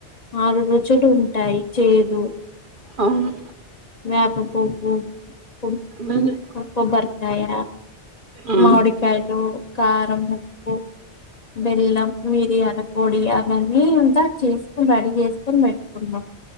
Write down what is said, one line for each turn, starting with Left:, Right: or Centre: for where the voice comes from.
Left: ఆరు రుచులు ఉంటాయి. చేదు
Right: అవును
Left: వేప పోపూ పూ
Right: బలే
Left: కోబ్బరకాయ
Right: ఆ
Left: మామిడి కాయలు కారము ఉప్, బెల్లం, మిరియాల్ పొడి అవన్నీ అంతా చేసుకోని రెడీ చేసుకోని పెట్టుకుంన్నాం.